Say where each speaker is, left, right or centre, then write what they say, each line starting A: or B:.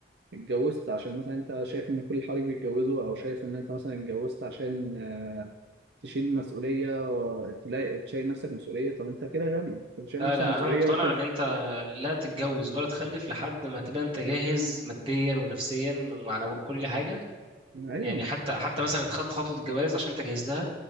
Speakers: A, on the right; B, on the right.
A: اتجوزت عشان مثلا انت شايف ان كل حريق بيتجوزوا او شايف ان انت مثلا اتجوزت عشان آه، تشيل مسؤولية و- تلاقي تشيل نفسك مسؤولية طب انت كده غبي انت بتشيل
B: لا
A: نفسك
B: لا
A: مسؤولية
B: انا مقتنع
A: وانت مش
B: ان انت لا تتجوز ولا تخلف لحد ما تبقى انت جاهز ماديا ونفسيا ومعنويا كل حاجه
A: ايوه
B: يعني حتى حتى مثلا انت خدت خطوه الجواز عشان انت جاهز لها